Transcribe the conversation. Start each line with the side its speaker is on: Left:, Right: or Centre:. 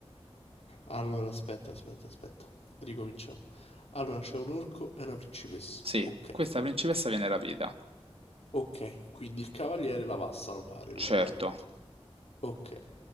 Left: Allora, aspetta, aspetta, aspetta. Ricominciamo. Allora, c'è un orco e una principessa.
Right: Sì,
Left: Ok,
Right: questa principessa viene rapita.
Left: ok. Quindi il cavaliere la va a salvare praticamente.
Right: Certo.
Left: Ok.